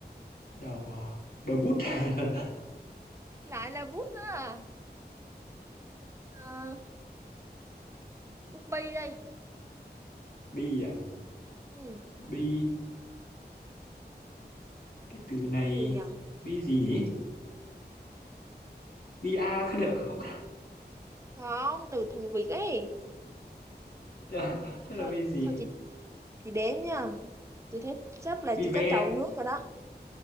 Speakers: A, on the left (about 60°); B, on the right (about 15°).
A: Đầu à? Đầu bút. <laughs>
B: lại là bút đó à, à bút bi đây
A: Bi à?
B: ừ
A: Bi cái từ này
B: cái gì nhờ
A: bi gì nhỉ? Bi a có được không?
B: không từ thuần Việt ấy
A: <laughs> Thế
B: thôi
A: là bi gì?
B: thôi chị chị đếm nha chị thấy sắp là
A: Bi
B: chỉ có
A: ve
B: trầu nước rồi đó